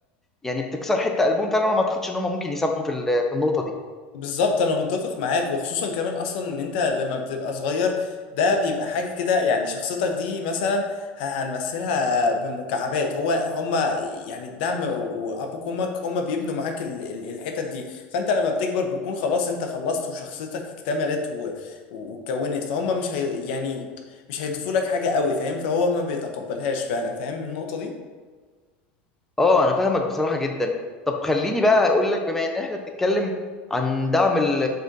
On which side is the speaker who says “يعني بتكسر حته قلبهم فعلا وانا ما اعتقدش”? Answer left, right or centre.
Centre